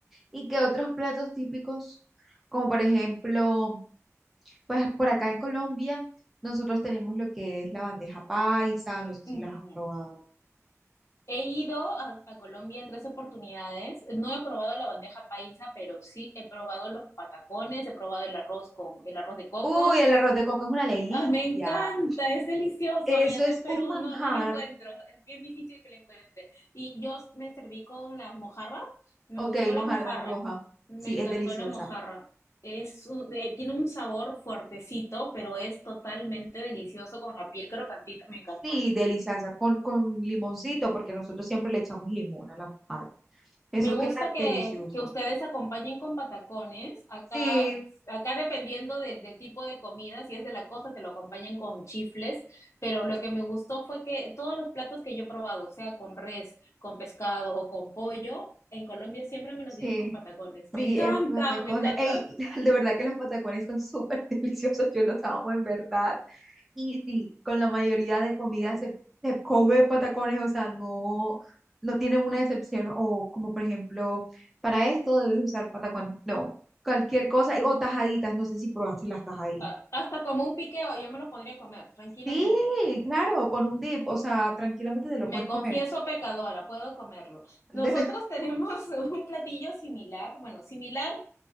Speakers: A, in the centre; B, on the left.
A: ¿Y qué otros platos típicos? Como por ejemplo, pues por acá en Colombia, nosotros tenemos lo que es la bandeja paisa, no sé si
B: Ujú.
A: las has probado.
B: He ido a, a Colombia en tres oportunidades. No he probado la bandeja paisa, pero sí he probado los patacones, he probado el arroz con el arroz de coco.
A: Uy, el arroz de coco es una delicia.
B: ¡Ah, me encanta, es delicioso.
A: Eso
B: Y acá
A: es
B: en Perú
A: un manjar.
B: no, no lo encuentro, es bien difícil que lo encuentre. Y yo me serví con las mojarras, me
A: Ok,
B: gustó
A: mojarra
B: la mojarra,
A: roja.
B: me
A: Sí,
B: encantó
A: es deliciosa.
B: la mojarra. Es un- eh, tiene un sabor fuertecito, pero es totalmente delicioso con la piel crocantita, me encantó.
A: Sí, deliciosa, con, con limoncito, porque nosotros siempre le echamos limón a la mojarra. Eso
B: Me gusta
A: queda
B: que,
A: delicioso.
B: que ustedes acompañen con patacones. Acá,
A: Sí,
B: acá dependiendo del, del tipo de comida, si es de la costa, te lo acompañan con chifles. Pero lo que me gustó fue que todos los platos que yo he probado, sea con res, con pescado o con pollo, en Colombia siempre me los
A: sí,
B: dieron con patacones. Me
A: sí,
B: encanta,
A: el patacón.
B: me encanta.
A: Ey, <laughs> de verdad que los patacones son súper <laughs> deliciosos, yo los amo en verdad. Y sí, con la mayoría de comidas se, se come patacones, o sea, no, no tienen una excepción. O como por ejemplo, para esto debes usar patacones. No, cualquier cosa. y- O tajaditas, no sé si probaste las tajaditas.
B: Ah, Hasta como un piqueo, yo me lo podría comer tranquilamente.
A: Sí, claro, con un dip, o sea, tranquilamente te lo
B: Me
A: puedes
B: confieso
A: comer.
B: pecadora, puedo comerlo.
A: <laughs>
B: Nosotros <laughs> tenemos un platillo similar, bueno, similar